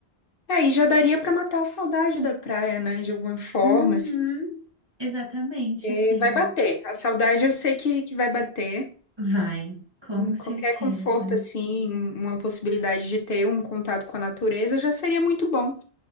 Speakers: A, on the left (about 60°); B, on the right (about 25°).
A: É, e já daria pra matar a saudade da praia, né? De alguma forma,
B: Uhum,
A: assim,
B: exatamente,
A: porque
B: assim.
A: vai bater. A saudade eu sei que, que vai bater.
B: Vai, com
A: Hum,
B: certeza.
A: Qualquer conforto, assim, uma possibilidade de ter um contato com a natureza já seria muito bom.